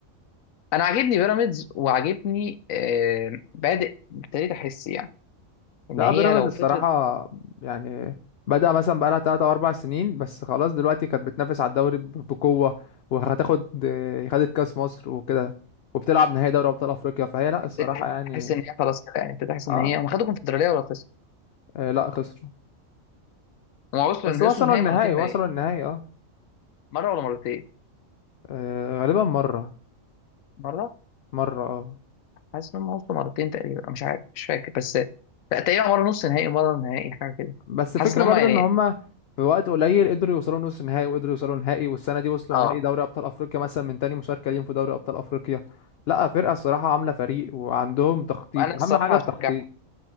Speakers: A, on the left; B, on the left.
A: انا عاجبني بيراميدز وعاجبني آه، بادئ ابتديت احس يعني ان
B: لا
A: هي
B: بيراميدز
A: لو
B: الصراحه
A: فضلت
B: يعني بدا مثلا بقى لها 3 او 4 سنين بس خلاص دلوقتي كانت بتنافس على الدوري ب- بقوه وهتاخد إيه، خدت كاس مصر وكده وبتلعب نهائي دوري ابطال افريقيا فهي لا الصراحه
A: ابتديت
B: يعني
A: تحس ان هي خلاص كده يعني ابتديت احس
B: اه
A: ان هي هم خدوا كونفدراليه ولا خسروا
B: آه، لا خسروا
A: هم وصلوا
B: بس
A: ان
B: وصلوا
A: وصلوا النهائي
B: النهائي
A: مرتين
B: وصلوا
A: باين
B: النهائي اه
A: مره ولا مرتين
B: آه، غالبا مرة
A: مره
B: مرة اه
A: حاسس ان هم وصلوا مرتين تقريبا أنا مش عارف مش فاكر بس لا تقريبا مره نص نهائي ومره نهائي حاجه كده
B: بس
A: حاسس
B: فكرة
A: ان هم
B: برضو
A: يعني
B: ان هما في وقت قليل قدروا يوصلوا نص نهائي وقدروا يوصلوا نهائي والسنة دي وصلوا
A: اه
B: نهائي دوري ابطال افريقيا مثلا من تاني مشاركة ليهم في دوري ابطال افريقيا لا فرقة الصراحة عاملة فريق وعندهم تخطيط
A: انا الصراحه
B: اهم حاجة التخطيط
A: هشجعهم